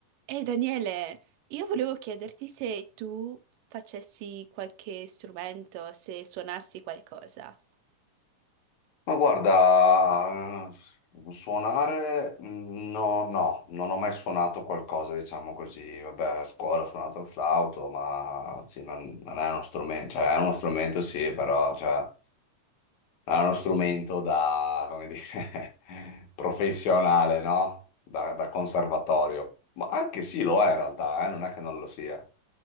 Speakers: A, on the right; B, on the left.
A: Ehi Daniele, io volevo chiederti se tu facessi qualche strumento, se suonassi qualcosa.
B: Ma guarda, eh, suonare mm, no, no, non ho mai suonato qualcosa, diciamo così. Vabbè, a scuola ho suonato il flauto, ma sì, non, non è uno strumento, cioè è uno strumento sì, però cioè, è uno strumento da, come dire, <laughs> professionale, no? Da, da conservatorio. Ma anche sì, lo è in realtà, eh, non è che non lo sia.